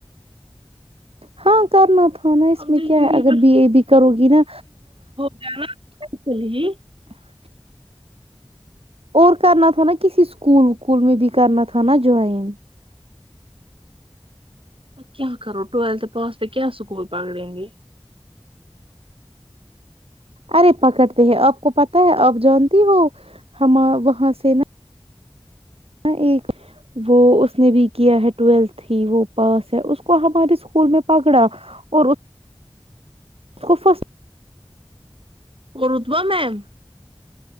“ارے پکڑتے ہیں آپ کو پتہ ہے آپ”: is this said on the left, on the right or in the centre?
Right